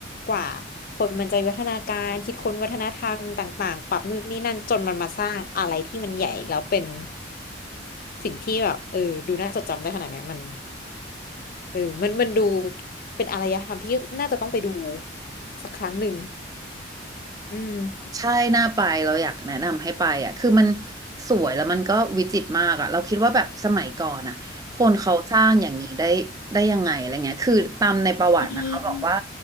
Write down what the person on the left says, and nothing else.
กว่าคนมันจะวิวัฒนาการคิดค้นวัฒนธรรมต่างๆปรับนู่นนี่นั่นจนมันมาสร้างอะไรที่มันใหญ่แล้วเป็นสิ่งที่แบบเออดูน่าจดจำได้ขนาดเนี้ยมัน เออมันมันดูเป็นอารยธรรมที่น่าจะต้องไปดูสักครั้งหนึ่งอืม
จริง